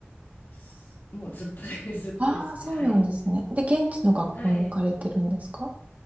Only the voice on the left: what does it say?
すもうずっとで <laughs> ずっとですね。
はい。
はい。